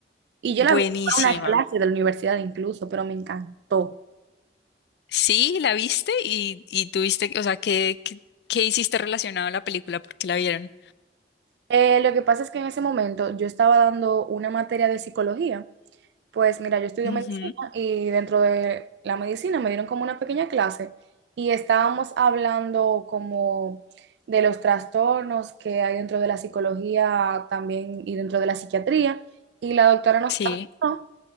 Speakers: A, on the right; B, on the left.
A: Y yo
B: Buenísima.
A: la vi en una clase de la universidad incluso, pero me encantó.
B: Sí, la viste y, y tuviste, o sea, ¿qué, qué, qué hiciste relacionado a la película? Porque la vieron.
A: Eh, lo que pasa es que en ese momento yo estaba dando una materia de psicología. Pues mira, yo estudio
B: Ujú,
A: medicina y dentro de la medicina me dieron como una pequeña clase y estábamos hablando como de los trastornos que hay dentro de la psicología también y dentro de la psiquiatría. Y la doctora nos
B: Sí.
A: apuntó